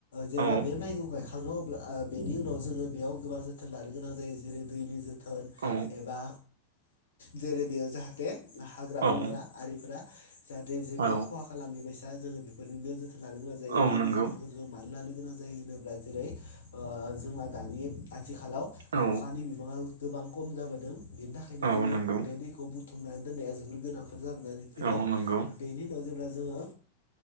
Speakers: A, on the left; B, on the right.
A: जेब्ला
B: औ
A: बे माइखौ गाय थांङो अब्ला बेनि उनाव जोंङो बेयाव गोबां जोथोन लानो गोनां जायो जेरै दैनि जो थोन
B: औ
A: एबा जेरै बेयाव जाहाथे हाग्रा
B: औ
A: बंग्रा आरिफोरा जाहाथे जेबो
B: औ
A: खहा खालामैबायसा जोंङो बेफोरजोंबो जोथोन लानो गोनां जायो
B: औ
A: दैनि
B: नंगौ
A: जोथोनखौ जों मानो लानो गोनां जायो होनोब्ला जेरै ओ जोंना दानि आथिखालाव
B: औ
A: अखानि बिबांङा गोबां खम जाबोदों बेनि थाखायनो
B: औ
A: जोंङो
B: नंगौ
A: बे दैखौ बुथुमनानै दोननाया जोबोर गोनां। थाब जाबोनानै फैदों
B: औ नंगौ
A: बेनि उनाव जेब्ला जोंङो